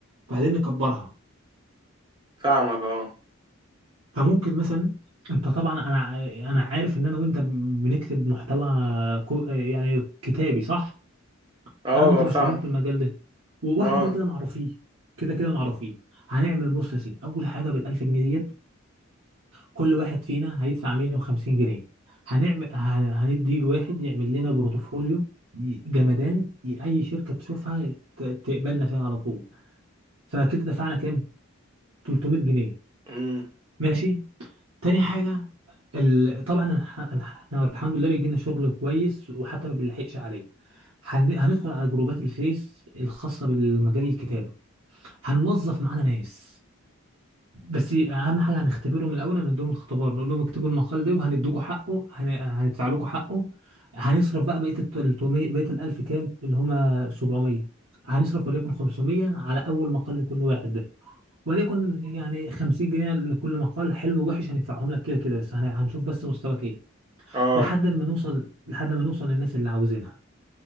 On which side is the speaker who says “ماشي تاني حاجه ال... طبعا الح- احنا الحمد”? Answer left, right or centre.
Right